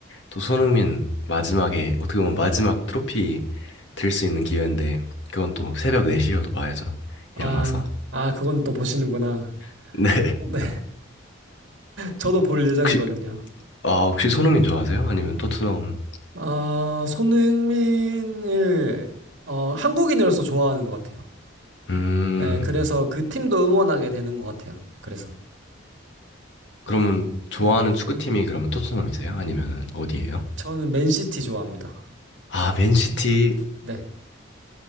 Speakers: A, on the left; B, on the right.
A: 또 손흥민 마지막에, 어떻게 보면 마지막 트로피 들 수 있는 기회인데 그건 또 새벽 4시여도 봐야죠.
B: 아,
A: 일어나서.
B: 아, 그거는 또 보시는구나.
A: <laughs> 네.
B: <laughs> 네, 저도 볼 예정이거든요.
A: 혹시 아, 혹시 손흥민 좋아하세요? 아니면 토트넘?
B: 아, 손흥민을, 어, 한국인으로서 좋아하는 것 같아요.
A: 음.
B: 네, 그래서 그 팀도 응원하게 되는 것 같아요. 그래서.
A: 그러면 좋아하는
B: 음,
A: 축구팀이 그러면 토트넘이세요? 아니면 어디예요?
B: 저는 맨시티 좋아합니다.
A: 아, 맨시티.
B: 네.